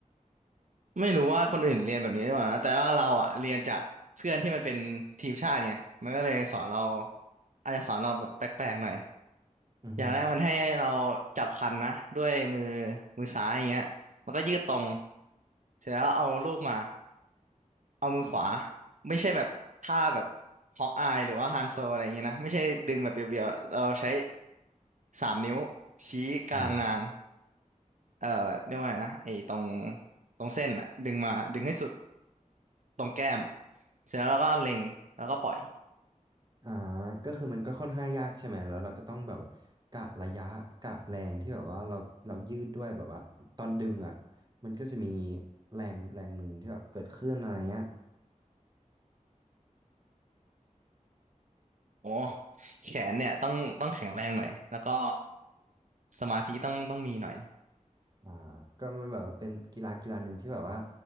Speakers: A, on the right; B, on the right.
A: ไม่รู้ว่าคนอื่นเรียนแบบนี้หรือเปล่านะแต่ว่าเราอะเรียนจากเพื่อนที่มันเป็นทีมชาติไงมันก็เลยสอนเราอาจจะสอนเราแบบแปลกๆหน่อย
B: อือฮึ
A: อย่างแรกมันให้เราจับคันนะด้วยมือมือซ้ายอย่างเงี้ยมันก็ยืดตรงเสร็จแล้วเอาลูกมา เอามือขวาไม่ใช่แบบท่าแบบฮอกอายหรือว่าฮันโซอะไรอย่างเงี้ยนะไม่ใช่ดึงแบบเบียวๆเราใช้สามนิ้วชี้กลางนาง
B: อ่า
A: เอ่อเรียกว่าไงนะไอ้ตรงตรงเส้นอะดึงมาดึงให้สุดตรงแก้มเสร็จแล้วเราก็เล็งแล้วก็ปล่อย
B: อ่าก็คือมันก็ค่อนข้างยากใช่ไหม แล้วเราก็ต้องแบบกะระยะกะแรงที่แบบว่าเราเรายืดด้วยแบบว่าตอนดึงอ่ะมันก็จะมีแรงแรงหนึ่งที่แบบเกิดขึ้นอะไรเงี้ย
A: โอ้แขนเนี่ยต้องต้องแข็งแรงหน่อยแล้วก็สมาธิต้องต้องมีหน่อย
B: อ่าก็มันแบบว่าเป็นกีฬากีฬาหนึ่งที่แบบว่า